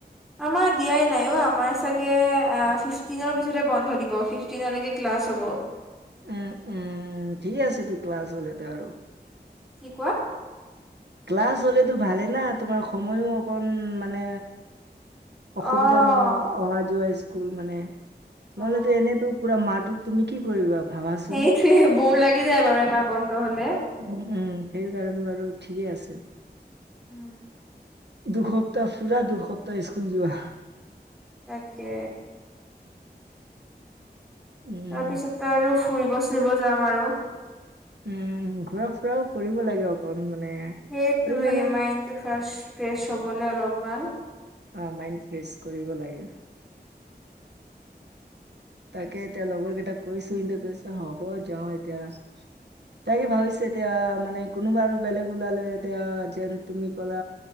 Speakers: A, in the centre; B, on the right.
A: আমাৰ দিয়াই নাই অ আমাৰ চাগে ফিফটিনৰ পিছত বন্ধ দিব ফিফটিনলেকে ক্লাছ- ক্লাছ হব।
B: উম উম ঠিক আছে তো ক্লাছ হলেতে আৰু
A: কি কোৱা?
B: ক্লাছ হ'লেতো ভালেই না তোমাৰ সময়ো অকণ মানে
A: অ',
B: অসুবিধা নহ অহা যোৱা স্কুল মানে
A: অ'।
B: নহলেতো এনেতো পুৰা মাত তুমি কি কৰিবা? ভাবাচোন
A: সেইটোয়ে বৰ লাগি যায় বাৰু এমাহ বন্ধ হলে
B: উম উম সেইটো কাৰণে বাৰু ঠিকেই আছে।
A: উম,
B: দুসপ্তাহ পুৰা দুসপ্তাহ স্কুল যোৱা
A: তাকে
B: উম
A: তাৰপিছতে আৰু ফুৰিব চুৰিব যাম আৰু
B: উম ঘূৰা ফুৰাও কৰিব লাগে অকণ মানে
A: সেইটোৱেই
B: আৰু ইমানো
A: মাইণ্ডটো ফ্ৰে ফ্ৰেছ হবলৈ অলপমান
B: অ মাইণ্ড ফ্ৰেচ কৰিব লাগে। তাকে এতিয়া লগৰ কেইটাক কৈছো এ কৈছ হ'ব যাও এতিয়া, তাকে ভাবিছো এতিয়া মানে কোনোবা আৰু বেলেগ ওলালে এতিয়া যেন তুমি কলা,